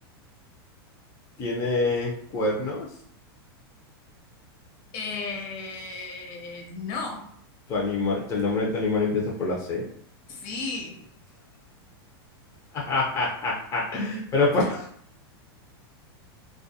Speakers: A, on the left; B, on the left.
A: tiene cuernos.
B: Eh, no,
A: Tu animal, el nombre de tu animal empieza por la C.
B: sí,
A: <laughs> Pero por-